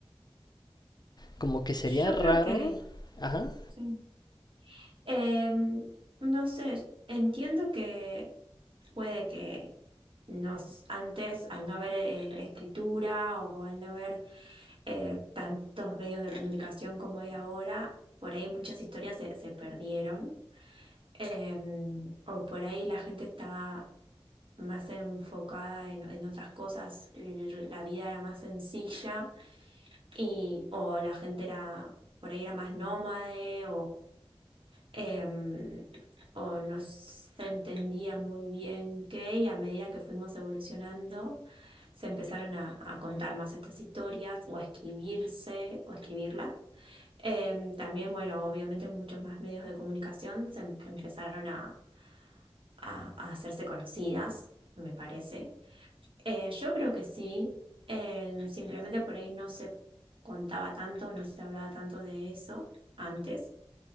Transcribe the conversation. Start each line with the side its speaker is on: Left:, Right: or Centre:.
Left: Como que sería
Right: Yo
Left: raro,
Right: creo que,
Left: ajá,
Right: sí. Em, no sé, entiendo que puede que nos, antes, al no haber eh, escritura o al no haber eh, tantos medios de comunicación como hay ahora, por ahí muchas historias se, se perdieron. Em, o por ahí la gente estaba más enfocada en, en otras cosas, l- la vida era más sencilla y, o la gente era, por ahí era más nómade em, o no se entendía muy bien qué, y a medida que fuimos evolucionando, se empezaron a, a contar más estas historias o a escribirse o escribirlas. Em, también, bueno, obviamente muchos más medios de comunicación se em- empezaron a, a- a hacerse conocidas, me parece. Eh, yo creo que sí, em, simplemente por ahí no se contaba tanto, no se hablaba tanto de eso antes,